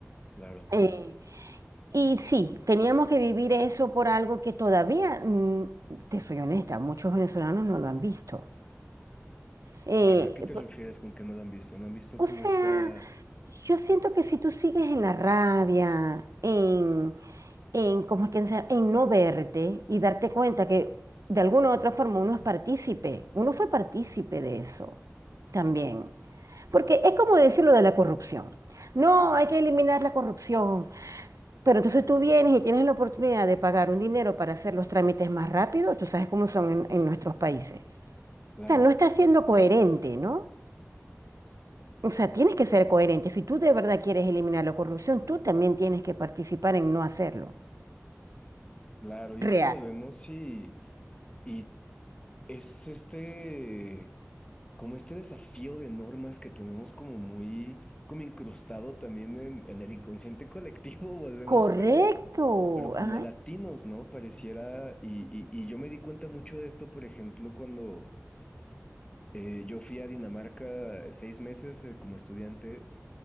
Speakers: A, on the left (about 20°); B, on the right (about 85°).
A: claro.
B: Eh, y sí, teníamos que vivir eso por algo que todavía, mm, te soy honesta, muchos venezolanos no lo han visto. Eh,
A: ¿A qué te
B: por-
A: refieres con que no lo han visto? ¿No han visto
B: o
A: cómo
B: sea,
A: está?
B: yo siento que si tú sigues en la rabia, en, en, ¿cómo es que se llama? en no verte y darte cuenta que de alguna u otra forma uno es partícipe, uno fue partícipe de eso también. Porque es como decir
A: Mm,
B: lo de la corrupción. No, hay que eliminar la corrupción. Pero entonces tú vienes y tienes la oportunidad de pagar un dinero para hacer los trámites más rápido, tú sabes cómo son en, en nuestros países.
A: Claro,
B: O sea, no estás
A: Sí.
B: siendo coherente, ¿no? O sea, tienes que ser coherente. Si tú de verdad quieres eliminar la corrupción, tú también tienes que participar en no hacerlo.
A: claro, y
B: Real.
A: es que volvemos y, y es este, como este desafío de normas que tenemos como muy, como incrustado también en, en el inconsciente colectivo, <laughs> volvemos,
B: Correcto.
A: pero, pero como
B: Ay,
A: latinos, ¿no? Pareciera, y, y, y yo me di cuenta mucho de esto, por ejemplo, cuando eh, yo fui a Dinamarca seis meses eh, como estudiante.